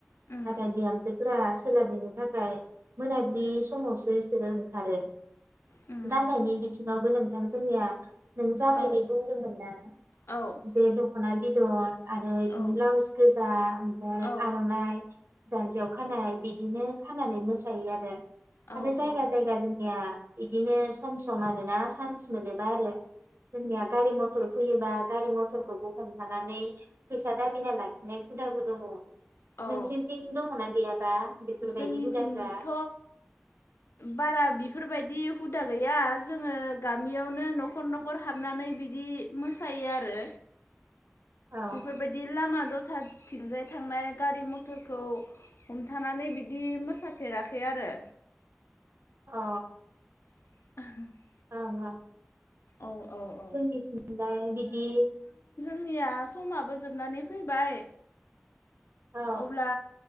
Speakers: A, on the left (about 80°); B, on the right (about 70°).
A: उम
B: नाथाय बिहामजोफोरा सोलाबनो थाखाय मोनाबिलि समावसो बिसोरो ओंखारो
A: उम
B: दाननायनि बिथिंअवबो नों था जोंना नों जाबायदि
A: औ
B: बुंदोंमोन ना
A: औ
B: जे द दखमा बिदन आरो बिदिनो
A: औ
B: ब्लाउस गोजा ओमफ्राय
A: औ
B: आरो आर'नाइ जान्जियाव खानाय बिदिनो खानानै मोसायो आरो
A: औ
B: आरो जायगा
A: उम
B: जायगा जोंनिया बिदिनो सम सम आरो ना चान्स मोनोबा आरो जोंनि गारि मथर फैयोबा गारि मथरखौ ब हमथानानै फैसा दाबिना लाखिनाय हुदाबो दङ
A: औ
B: नोंसिनिथिं दङना गैयाबा बेफोरबायदि
A: जोंनिथिंथ'
B: हुदाफ्रा
A: बारा बेफोरबायदि बिदि हुदा गैया जोङो गामियावनो न'खर न'खर हाबनानै बिदि मोसायो आरो
B: अ
A: बेफोरबायदि लामा दथाथिंजाय थांनाय गारि मथरखौ थानानै बिदि मोसाफेराखै आरो
B: अ
A: <inaudible>
B: थाङा
A: औ औ औ
B: जोंनि थिंलाय बिदि
A: आंनिया समाबो जोबनानै फैबाय
B: औ
A: अब्ला